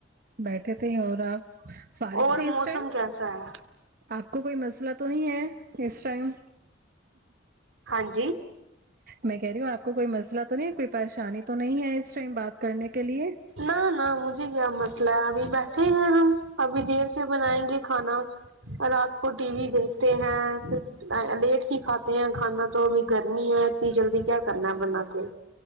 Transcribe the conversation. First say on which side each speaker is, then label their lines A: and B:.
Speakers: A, on the right; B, on the right.
A: بیٹھے تھے اور آپ فارغ
B: اور
A: تھے اس
B: موسم
A: ٹائم
B: کیسا ہے
A: آپ کو کوئی مسئلہ تو نہیں ہے اس ٹائم
B: ہاں جی
A: میں کہہ رہی ہوں آپ کو کوئی مسئلہ تو نہیں ہے کوئی پریشانی تو نہیں ہے اس ٹائم بات کرنے کے لیے
B: نہ نہ مجھے کیا مسئلہ ہے ابھی بیٹھے ہیں ہم ابھی دیر سے بنائیں گے کھانا رات کو ٹی وی دیکھتے ہیں پھر لیٹ ہی کھاتے ہیں کھانا تو ابھی گرمی ہے اتنی جلدی کیا کرنا ہے بنا کے